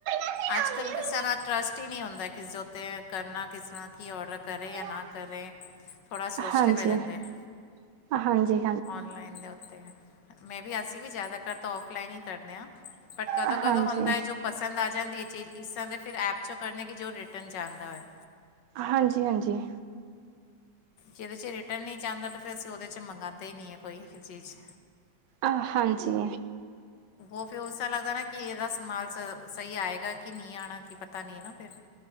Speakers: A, on the right (about 85°); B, on the left (about 85°).
A: ਹਾਂਜੀ,
B: ਅੱਜ-ਕੱਲ ਕਿਸਰ ਦਾ ਟਰੱਸਟ ਈ ਨੀ ਹੁੰਦਾ ਕਿਸੇ ਉੱਤੇ ਐ ਕਰਨਾ ਕਿਸ ਤਰ੍ਹਾਂ ਕੀ ਔਡਰ ਕਰੇ ਜਾਂ
A: ਹਾਂਜੀ।
B: ਨਾ ਕਰੇ ਥੋੜਾ ਸੋਚਣੇ
A: ਹਾਂਜੀ,
B: ਪੈ ਜਾਂਦੇ
A: ਹਾਂਜੀ।
B: ਔਨਲਾਈਨ ਦੇ ਉੱਤੇ ਮੈਂ ਵੀ ਅਸੀਂ ਵੀ ਜਾਦਾ ਤਰ ਤਾਂ ਔਫਲਾਈਨ ਈ ਕਰਦੇ ਆ। ਬਟ ਕਦੋਂ-ਕਦੋਂ
A: ਹਾਂਜੀ,
B: ਹੁੰਦਾ ਏ ਜੋ ਪਸੰਦ ਆ ਜਾਂਦੀ ਐ ਚੀਜ਼ ਇਸ ਤਰ੍ਹਾਂ ਦੇ ਫਿਰ ਐਪ ਚੋਂ ਕਰਨੀ ਕਿ ਜੋ ਰਿਟਰਨ ਜਾਂਦਾ ਹੋ ਏ।
A: ਹਾਂਜੀ-ਹਾਂਜੀ।
B: ਜਿਦੇ ਚ ਰਿਟਰਨ ਨੀ ਜਾਂਦਾ ਤਾਂ ਫਿਰ ਅਸੀਂ ਓਦੇ ਚ ਮੰਗਵਾਦੇ ਈ ਨੀ ਐ ਕੋਈ ਚੀਜ਼।
A: ਆਹ ਹਾਂਜੀ।
B: ਓ ਫੇਰ ਓਸਰਾ ਤਾ ਲੱਗਦਾ ਨਾ ਕਿ ਏਦਾ ਸਮਾਲ ਸ ਸਈ ਆਏਗਾ ਕਿ ਨੀ ਆਣਾ ਕੀ ਪਤਾ ਨੀ ਨਾ ਫੇਰ